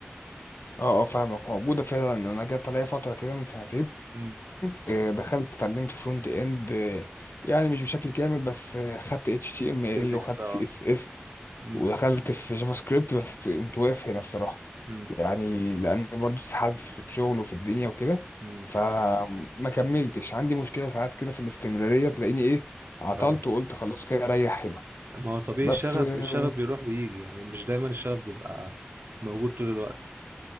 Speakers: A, on the left; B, on the right.
A: اه اه فاهمك موجودة فعلا انا جت عليا فترة كده من سنتين
B: امم
A: آه، دخلت اتعلمت فرونت اند آه، يعني مش بشكل كامل بس آه، خدت اتش
B: البيزكس
A: تي ام ال وخدت
B: اه
A: سي اس اس
B: امم
A: ودخلت في جافا سكريبت بس قمت واقف هنا بصراحة
B: امم
A: يعني لان برضو اتسحلت في الشغل وفي الدنيا وكده
B: امم
A: فما كملتش عندي مشكلة ساعات كده في الاستمرارية تلاقيني ايه عطلت
B: اه
A: وقلت خلاص كده اريح هنا
B: ما هو طبيعي
A: بس
B: الشغف
A: آه،
B: الشغف بيروح ويجي يعني مش دايما الشغف بيبقى موجود طول الوقت